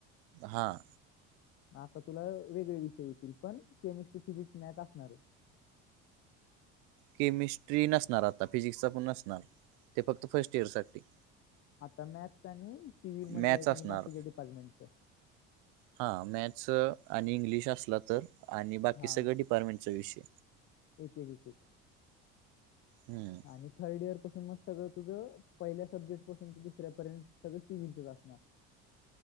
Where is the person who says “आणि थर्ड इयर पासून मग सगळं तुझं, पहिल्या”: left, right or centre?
Left